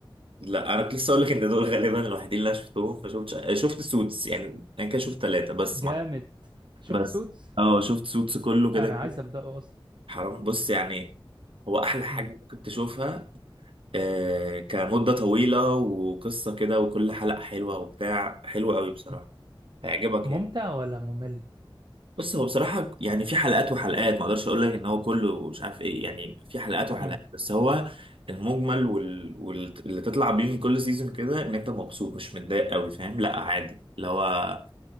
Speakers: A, on the right; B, on the right.
A: لا انا كنت لسه اقول لك ان دول غالبا الوحيدين اللي انا شفتهم ما شفتش آه، شفت سوتس يعني انا كده شفت ثلاثه بس
B: جامد
A: ما
B: شفت
A: بس
B: سوتس
A: اه شفت سوتس كله كده
B: انا
A: كده
B: عايز ابداه اصلا
A: حرام بص يعني هو احلى حاجه
B: مم.
A: ممكن تشوفها آه كمده طويله وقصه كده وكل حلقه حلوه وبتاع حلوه قوي بصراحه
B: مم.
A: هيعجبك
B: ممتع
A: يعني
B: ولا ممل
A: بص هو بصراحة يعني في حلقات وحلقات ما اقدرش اقول لك ان هو كله مش عارف ايه يعني في حلقات وحلقات
B: مم.
A: بس هو المجمل وال... وال... اللي تطلع بيه من كل سيزون كده ان انت مبسوط مش متضايق قوي فاهم لا عادي اللي هو